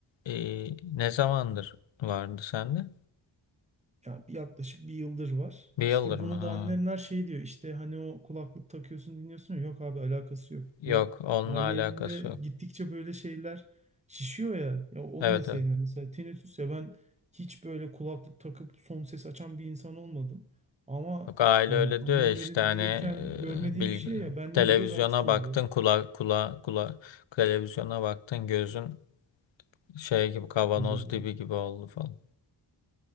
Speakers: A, on the left; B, on the right.
A: e, ne zamandır vardı sende?
B: ya bir- yaklaşık bir yıldır var.
A: Bir yıldır
B: İşte
A: mı?
B: bunu
A: Ha.
B: da annemler şey diyor işte hani o kulaklık takıyorsun dinliyorsun ya, yok abi alakası yok.
A: Yok
B: Bu
A: onunla
B: aile
A: alakası
B: evinde
A: yok.
B: gittikçe böyle şeyler şişiyor ya, ya onu
A: Evet
B: da sevmiyorum.
A: evet.
B: Mesela tinnitus ya ben hiç böyle kulaklık takıp son ses açan bir insan olmadım. Ama
A: Yok, aile
B: yani
A: öyle
B: annemlerin
A: diyor ya işte hani
B: büyürken
A: e,
B: görmediği
A: bilgi,
B: bir şey ya bende
A: televizyona
B: göre rahatsız
A: baktın
B: oluyor,
A: kula kula kula televizyona baktın gözün şey gibi kavanoz
B: bozuluyor.
A: dibi gibi oldu falan.